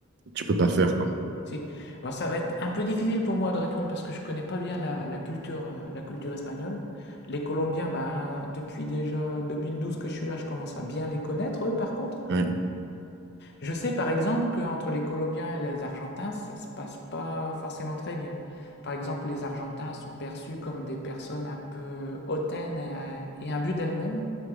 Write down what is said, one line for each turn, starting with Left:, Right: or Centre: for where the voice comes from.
Right: tu peux pas faire, quoi.
Left: si. Alors, ça va être un peu difficile pour moi de répondre parce que je connais pas bien la, la culture, euh, la culture espagnole. Les Colombiens, bah, depuis déjà 2012 que je suis là, je commence à bien les connaître, eux, par contre.
Right: Oui,
Left: Je sais par exemple qu'entre les Colombiens et les Argentins, ça se passe pas forcément très bien. Par exemple, les Argentins sont perçus comme des personnes un peu hautaines et, euh, et imbues d'elles-mêmes.